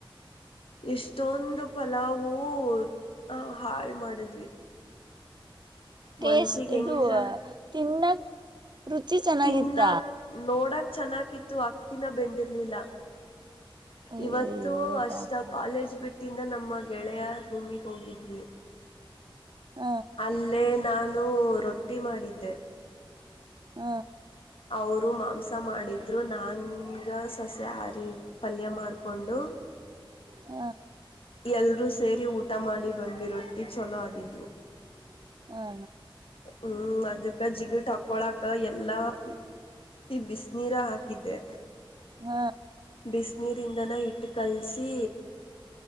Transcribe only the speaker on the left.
ಇಷ್ಟೊಂದು ಪಲಾವು. ಹೌ ಹಾಳ್ ಮಾಡಿದ್ವಿ.
ಮನ್ಸಿಗೆ
ಹೆಂಗ
ತಿನ್ನ ನೋಡಕ್ ಚೆನ್ನಾಗಿತ್ತು ಅಕ್ಕಿನ ಬೆಂದಿರ್ಲಿಲ್ಲ.
ಇವತ್ತು ಅಷ್ಟ
ಕಾಲೇಜ್ ಬಿಟ್ ಟಿನ್ದ ನಮ್ಮ ಗೆಳೆಯ ರೂಮಿಗೆ ಹೋಗಿದ್ವಿ
ಅಲ್ಲೇ ನಾನ್ ನೊ ರೊಟ್ಟಿ ಮಾಡಿದ್ದೆ.
ಅವ್ರು ಮಾಂಸ ಮಾಡಿದ್ರು ನನ್ಗ ಸಸೆಹಾರಿ. ಪಲ್ಯ ಮಾಡ್ಕೊಂಡು
ಎಲ್ರೂ ಸ್ ಸೇರಿ ಊಟ ಮಾಡಿ ಬಂದ್ವಿ ರೊಟ್ಟಿ ಚೊಲೋ ಆಗಿದ್ವು
ಹ್ಮ್ ಅದಕ್ಕ ಜಿಗ ಹಾಕ್ಕೊಳಾಕ್ಕ ಎಲ್ಲಾ ತ್ತ ಬಿಸಿನೀರ ಹಾಕಿದ್ದೆ
ಬಿಸಿನೀರಿಂದನ ಹಿಟ್ಟು ಕಲಸಿ